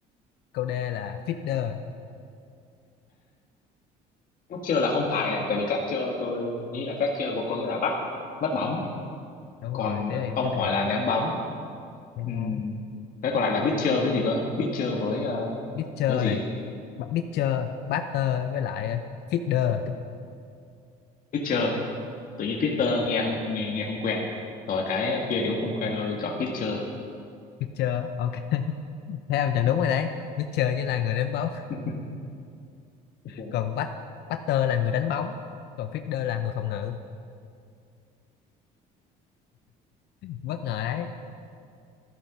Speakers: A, on the left; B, on the left.
A: câu D là fielder.
B: cắt chơ là không phải à tại vì cắt chơ tôi nghĩ là cắt chơ có nghĩa là bắt bắt bóng
A: Đúng
B: còn
A: rồi, tiếp theo
B: ông
A: tiếp
B: hỏi
A: theo
B: là ném bóng
A: cái
B: Ừm,
A: món
B: cái còn lại là biết pitcher với gì cơ biết pitcher với ờ,
A: pitcher
B: với gì
A: này, Ba- pitcher, batter với lại ờ, fielder,
B: biết pitcher tự nhiên Peter nghe không nghe, nghe không quen rồi cái kia thì cũng không quen thôi chọn Peter
A: pitcher. Ok, <laughs> thấy không? Chẳng đúng rồi đấy. Pitcher chính là người ném bóng,
B: <laughs> Ừ.
A: còn bat batter là người đánh bóng, còn fielder là người phòng ngự. Bất ngờ đấy.